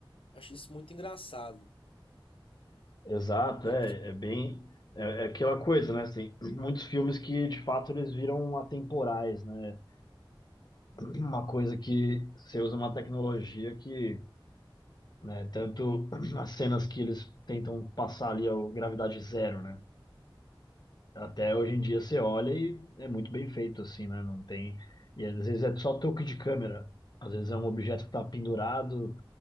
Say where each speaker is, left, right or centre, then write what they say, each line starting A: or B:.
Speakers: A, on the left (about 85°); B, on the left (about 50°).
A: Acho isso muito engraçado.
B: Exato,
A: Como é
B: é,
A: que... os-
B: é bem. É, é aquela coisa, né? Assim, muitos filmes que de fato eles viram atemporais, né? Uma coisa que você usa uma tecnologia que, né, tanto as cenas que eles tentam passar ali a gravidade zero, né? Até hoje em dia você olha e é muito bem feito, assim, né? Não tem. E às vezes é só toque de câmera. Às vezes é um objeto que está pendurado